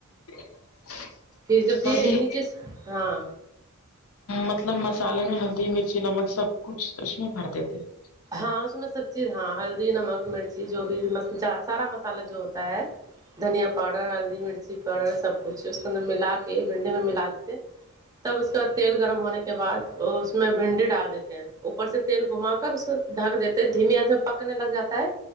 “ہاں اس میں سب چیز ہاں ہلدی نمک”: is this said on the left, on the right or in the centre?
Right